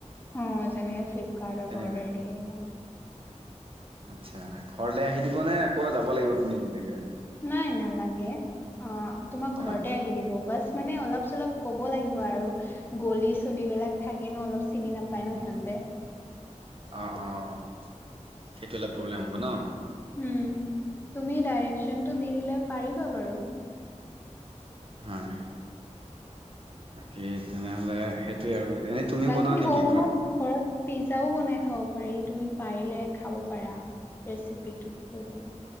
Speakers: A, on the left; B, on the right.
A: অ', যেনেকে ফ্লিপকাৰ্টত
B: তেনেকুৱা
A: অৰ্ডাৰ দিয়া।
B: আচ্ছা, ঘৰলে আহি দিবনে আকৌ‌ যাব লাগিব তিনিআলি লেকে?
A: নাই, নালাগে। অ', তোমাক ঘৰতে
B: হয়
A: আহি দিব। বাছ মানে অলপ-চলপ ক'ব লাগিব আৰু। গলি-চলিবিলাক থাকে ন, অলপ চিনি নাপায় ন সিহঁতে।
B: অ', অ', সেইটো হ'লে প্ৰব্লেম হ'ব ন?
A: উম, তুমি ডাইৰেকচনটো দি দিলে পাৰিবা বাৰু।
B: হয়, বাকী তেনেহ'লে সেইটোয়ে আৰু। এনে তুমিও
A: বাকী
B: বনোৱা নেকি
A: হোমত, ঘৰত পিজ্জাও বনাই খাব পাৰি, তুমি পাৰিলে খাব পাৰা। ৰেচিপি টো লৈ পেলাই